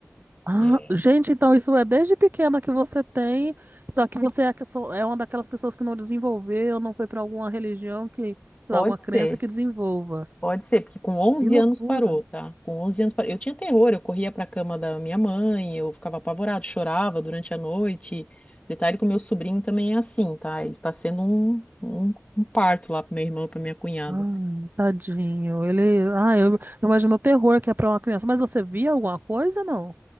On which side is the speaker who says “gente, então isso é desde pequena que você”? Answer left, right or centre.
Right